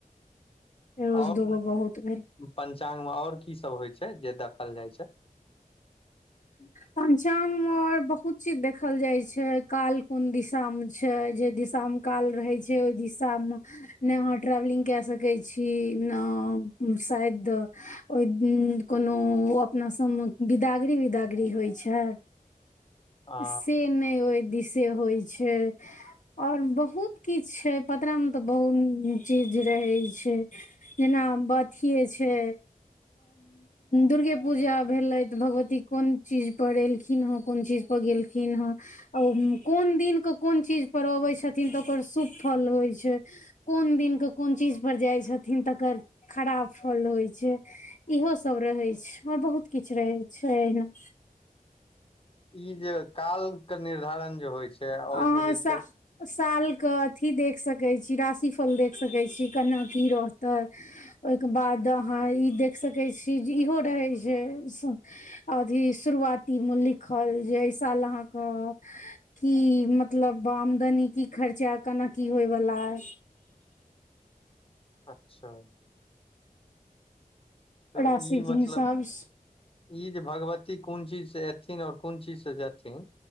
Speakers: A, on the left (about 55°); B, on the left (about 40°).
A: एगो
B: और
A: सँ दूगो बहुत भेल
B: पंचांगमे और की सब होइ छै जे देखल जाइ छै <inaudible>
A: पंचांग मे आओर बहुत चीज देखल जाय छै काल कोन दिशामे छै जे दिशा मे काल रहै छै ओहि दिशा मे नहि अहाँ ट्रेवलिंग कए सकै छी न शायद ओहि कोनो ओ अपना सब मे बिदा डेली बिदागरी होइ छै
B: आ
A: से नै ओहि दिसे होई छै और बहुत किछु छै पतड़ा मे तऽ बहुत चीज रहै छै जेना अथीए छै दुर्गे पूजा भेलै तऽ भगवती बत्ती कोन चीजपर एलखिन हँ कोन चीजपर गेलखिन हँ और कोन दिनके कोन चीजपर अबैत छथिन तऽ ओकर शुभ फल होइ छै कोन दिन के कोन चीज पर जाय छथिन तकर खराब फल होइ छै इहो सब रहै छै आर बहुत किछ रहै छै एहिना
B: ई जे काल के निर्धारण जे होइ छै आ
A: अहाँ
B: ओहि मे जे
A: सा सालके अथी देख सकैत छी राशि फल देख सकैत छी केना की रहतै ओहिके बाद अहाँ ई देख सकैत छी जे इहो रहै छै अथी शुरुआतीमे लिखल जे एहि साल अहाँके की मतलब आमदनी की खर्चा केना की होयवला अय
B: अच्छा तऽ
A: राशि
B: ई
A: के
B: मतलब
A: हिसाब से
B: ई जे भगवती कोन चीजसँ एथिन आ कोन चीजसँ जेथिन